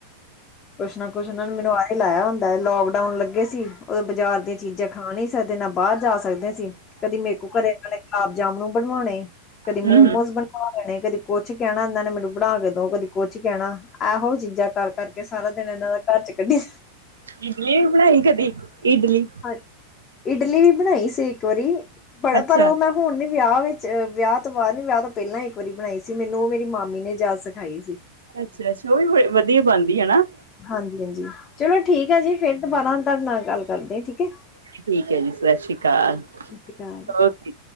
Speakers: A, on the left (about 25°); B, on the right (about 70°).
A: ਕੁਛ ਨਾ ਕੁਛ ਉਹਨਾ ਨੇ ਮੈਨੂੰ ਆਰੇ ਲਾਇਆ ਹੁੰਦਾ। ਲੋਕਡਾਊਨ ਲੱਗੇ ਸੀ ਓਦੋਂ ਬਾਜ਼ਾਰ ਦੀਆਂ ਚੀਜ਼ਾਂ ਖਾਣ ਨਹੀ ਸੀ ਸਕਦੇ ਨਾ ਬਾਹਰ ਜਾ ਸਕਦੇ ਕਦੀ ਮੇਕੂ ਘਰੇ ਇਹਨਾਂ ਨੇ ਗੁਲਾਬ ਜਾਮਨੂ ਬਣਵਾਣੇ, ਕਦੀ ਮੋਮੋਸ
B: ਹੂੰ-ਹੂੰ।
A: ਬ ਲਣੇ ਕਦੇ ਕੁਛ ਕਹਿਣਾ ਇਹਨਾਂ ਨੇ ਮੈਨੂੰ ਬਣਾ ਕੇ ਦੋ, ਕਦੇ ਕੁਛ ਕਹਿਣਾ ਇਹੋ ਚੀਜ਼ਾਂ ਕਰ ਕਰਕੇ ਸਾਰਾ ਦਿਨ ਇਹਨਾਂ ਦਾ ਘਰ ਚ' ਕੱਢਿਆ
B: ਇਡਲੀ ਵੀ ਬਣਾਈ ਕਦੀ ਇਡਲੀ
A: ਹਾਂਜੀ। ਇਡਲੀ ਵੀ ਬਣਾਈ ਸੀ ਇੱਕ ਵਾਰੀ। ਬੜ
B: ਅੱਛਾ।
A: ਪਰ ਉਹ ਮੈਂ ਹੁਣ ਨੀ ਵਿਆਹ ਵਿੱਚ, ਵਿਆਹ ਤੋਂ ਬਾਅਦ ਨੀ ਵਿਆਹ ਤੋਂ ਪਹਿਲਾਂ ਇੱਕ ਵਾਰੀ ਬਣਾਈ ਸੀ ਮੈਨੂੰ ਉਹ ਮੇਰੀ ਮਾਮੀ ਨੇ ਜਾਚ ਸਿਖਾਈ ਸੀ।
B: ਅੱਛਾ- ਅੱਛਾ, ਉਹ ਵੀ ਵਧੀਆ ਬਣਦੀ ਹੈ ਹੈਨਾ।
A: ਹਾਂਜੀ- ਹਾਂਜੀ। ਚਲੋ ਠੀਕ ਹੈ ਜੀ ਫੇਰ ਦੁਬਾਰਾ ਤੁਹਾਡੇ ਨਾਲ ਗੱਲ ਕਰਦੇ ਠੀਕ ਹੈ।
B: ਠੀਕ ਐ ਜੀ ਸਤਿ ਸ਼੍ਰੀ ਅਕਾਲ।
A: ਸਤਿ ਸ਼੍ਰੀ ਅਕਾਲ
B: ਓਕੇ।